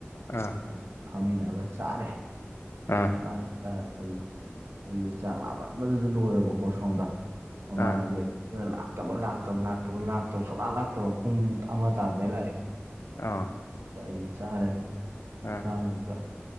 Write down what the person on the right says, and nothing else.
ꯑꯗꯨ ꯐꯝꯃꯤꯟꯅꯔꯒ ꯆꯥꯔꯦ
ꯆꯥꯛꯠ ꯆꯠ ꯑꯗꯨ ꯑꯩꯗꯤ ꯆꯥꯛ ꯂꯥꯃꯟꯕꯗꯁꯨ ꯂꯣꯏꯔꯕꯀꯣ ꯁꯣꯝꯗ ꯃꯃꯥꯟꯅꯕꯤ
ꯑꯗꯨꯅ ꯂꯥꯛꯇꯕ ꯂꯥꯛꯇꯕ ꯂꯥꯛꯇꯕꯥꯛꯇꯕ ꯁꯨꯡꯅꯥ ꯂꯇꯕ ꯄꯨꯡ ꯑꯃ ꯇꯥꯔꯗꯩ ꯂꯥꯛꯑꯦ
ꯑ ꯑꯩꯁꯦ ꯆꯥꯔꯦ
ꯑꯅꯣꯇ